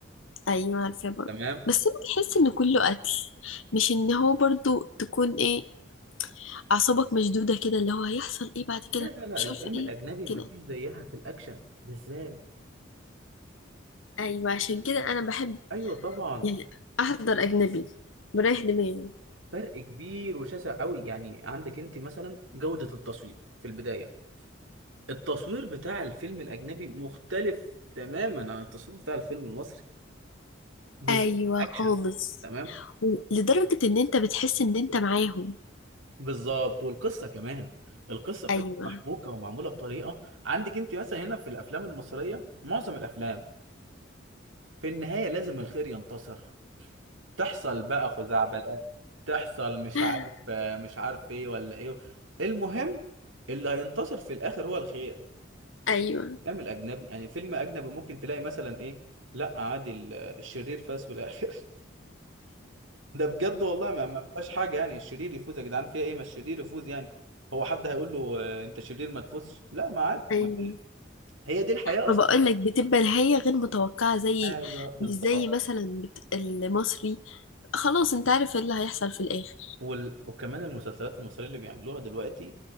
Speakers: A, on the left; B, on the right.
A: ايوه عارفاه برضه
B: تمام
A: بس انا بحس ان كله قتل مش ان هو برضه تكون ايه اعصابك مشدوده كده اللي هو هيحصل ايه بعد كده
B: لا لا لا
A: مش
B: الافلام
A: عارفه ايه
B: الاجنبي
A: كده
B: ما فيش زيها في الاكشن بالذات
A: ايوه عشان كده انا بحب
B: ايوه طبعا
A: يعني احضر اجنبي بريح دماغي
B: فرق كبير وشاسع قوي يعني عندك انت مثلا جودة التصوير في البداية التصوير بتاع الفيلم الأجنبي مختلف تماما عن التصوير بتاع الفيلم المصري بالذات
A: ايوه
B: في الأكشن
A: خالص
B: تمام
A: لدرجه ان انت بتحس ان انت معاهم
B: بالظبط والقصة كمان القصة بتبقى
A: ايوه
B: محبوكة ومعمولة بطريقة عندك انت مثلا هنا في الأفلام المصرية معظم الأفلام في النهاية لازم الخير ينتصر تحصل بقى خزعبلات تحصل مش
A: <laughs>
B: عارف مش عارف ايه ولا ايه المهم اللي هينتصر في الآخر هو الخير
A: ايوه
B: الافلام الاجنبي يعني فيلم اجنبي ممكن تلاقي مثلا ايه لا عادي ال- الشرير فاز في الاخر <laughs> ده بجد والله ما ما فيهاش حاجه يعني الشرير يفوز يا جدعان فيها ايه ما الشرير يفوز يعني هو حد هيقول له آه، انت شرير ما تفوزش لا ما عادي
A: ايوه
B: ما. هي دي الحياه
A: ما
B: اصلا
A: بقولك بتبقى نهاية غير متوقعة زي
B: ايوه بالظبط
A: مش زي مثلا بت... المصري خلاص انت عارف ايه اللي هيحصل في الآخر
B: وال... وكمان المسلسلات المصريه اللي بيعملوها دلوقتي